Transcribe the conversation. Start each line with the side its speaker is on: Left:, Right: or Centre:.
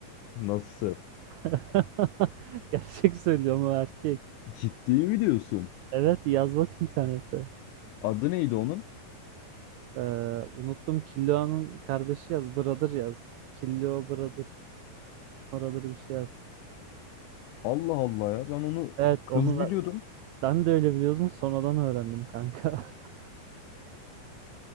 Left: Nasıl?
Right: <laughs> Gerçek söylüyorum o erkek.
Left: Ciddi mi diyorsun?
Right: Evet yaz bak internete.
Left: Adı neydi onun?
Right: Ee, unuttum Killua'nın kardeşi yaz. Brother yaz. Killua Brother. Brother bir şey yaz.
Left: Allah Allah ya ben onu
Right: Evet
Left: kız
Right: onu ben,
Left: biliyordum.
Right: ben de öyle biliyordum. Sonradan öğrendim kanka. <laughs>